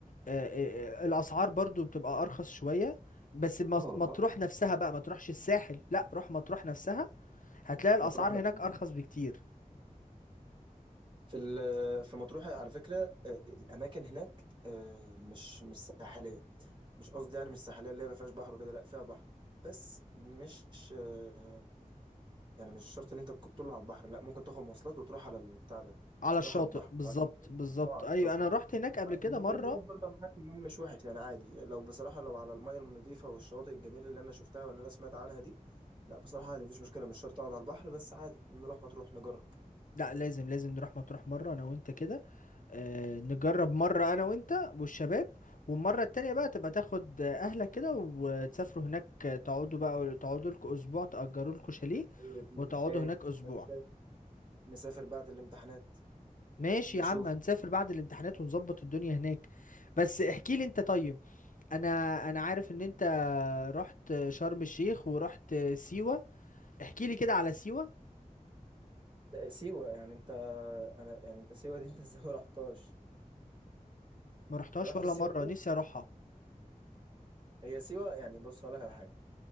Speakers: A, on the left; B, on the right.
A: آه، آه، آه، الاسعار برضو بتبقى ارخص شوية بس مس-
B: اه
A: مطروح
B: اه
A: نفسها بقى ما تروحش الساحل لا روح مطروح نفسها هتلاقي الاسعار
B: مطروح نفسها
A: هناك ارخص بكتير
B: في ال- في مطروح على فكرة آه، الأماكن هناك آه، مش مش ساحلية مش قصدي يعني مش ساحلية اللي هي ما فيهاش بحر وكده لا فيها بحر بس مش آه، يعني مش شرط إن أنت تكون طول على البحر لا ممكن تاخد مواصلات وتروح على البتاع ده
A: على
B: تروح
A: الشاطئ
B: على البحر
A: بالظبط
B: فعشان كده
A: بالظبط
B: اه على
A: ايوه
B: الشاطئ
A: انا رحت هناك قبل كده
B: المكان
A: مره
B: هناك برضه أنا حاسس إن هو مش وحش يعني عادي لو بصراحة لو على المية النظيفة والشواطئ الجميلة اللي أنا شفتها واللي أنا سمعت عنها دي لا بصراحة عادي مفيش مشكلة مش شرط أقعد على البحر بس عادي نروح مطروح نجرب
A: لا لازم لازم نروح مطروح مره انا وانت كده آه نجرب مره انا وانت والشباب والمره التانية بقى تبقى تاخد آه، اهلك كده وتسافروا هناك آه، تقعدوا بقى تقعدوا لكم اسبوع تأجروا لكم شاليه
B: طيب
A: وتقعدوا هناك اسبوع
B: ماشي نسافر بعد الامتحانات
A: ماشي
B: نشوف
A: يا عم هنسافر بعد الامتحانات ونظبط الدنيا هناك بس احكي لي انت طيب انا انا عارف ان انت رحت شرم الشيخ ورحت سيوه احكي لي كده على سيوه
B: سيوة يعني انت انا يعني انت سيوة دي انت ازاي ما رحتهاش
A: ما رحتهاش
B: ما رحت
A: ولا
B: سيوة
A: مره
B: بجد
A: نفسي اروحها
B: هي سيوة يعني بص هقول لك على حاجة